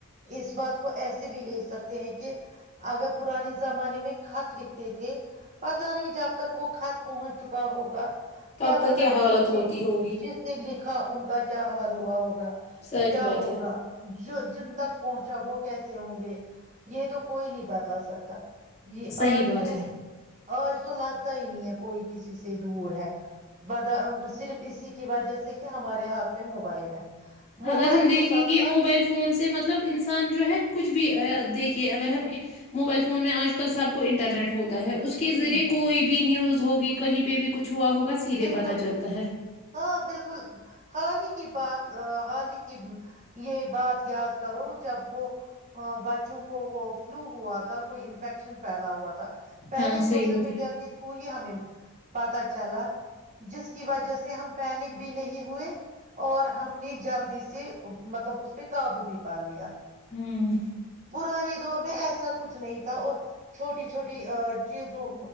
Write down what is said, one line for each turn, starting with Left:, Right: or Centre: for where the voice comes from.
Right: اس بات کو ایسا سے بھی لے سکتے ہیں کہ اگر پرانے زمانے میں خط لکھ تھے پتا نہیں جب تک وہ خط پہنچ چکا ہوگا
Left: تب
Right: کیا
Left: تک
Right: پتا
Left: حالت
Right: پیچھے
Left: ہوتی ہوگی
Right: جس نے لکھا ان کا کیا حال ہوا ہوگا ا
Left: سچ
Right: کیا
Left: بات
Right: ہوگا
Left: ہے
Right: جو جن تک پہنچ چب وہ کیسے ہوں گے یہ تو کوئی نہیں بتا سکتا یہ
Left: صحیح
Right: آج
Left: بات
Right: تو
Left: ہے
Right: اور اس تو لگ ہی نہیں ہے کوئی کسی سے دور ہے ب صرف اسی کی وجہ سے کہ ہمارے ہاتھ میں موبائل ہے موبائل
Left: اگر ہم دیکھیں
Right: کے ساتھ
Left: گے
Right: ساتھ
Left: موبائل فون سے مطلب انسان جو ہے کچھ بھی دیکھیے اگر ہم موبائل فون میں آج کل سب انٹرنیٹ ہوتا ہے اس کے
Right: ہ
Left: ذریعے
Right: ہ
Left: کوئی بھی نیوز ہوگی کہیں پہ بھی کچھ ہوا ہوگا سیدھے
Right: بالکل
Left: پتہ چلتا ہے
Right: ہاں بالکل حال ہی کی بات حال ہی کی یہ بات یاد کرو جب وہ بچوں کو وہ فلو ہوا تھا کوئی انفیکشن پھیلا ہوا تھا پہلے
Left: ہاں صحیح
Right: سوشل
Left: بات
Right: میڈیا
Left: ہے
Right: کے تھرو ہی ہمیں پتا چ ال جس کی وجہ سے ہم پینک بھی نہیں ہوئی اور ہم ن ج جلدی سے مطلب اس پہ قابو بھی پا لیا
Left: ہوں
Right: پرانی دور میں ایسا کچھ نہیں تھا اور چھوٹی چھوٹی چیزوں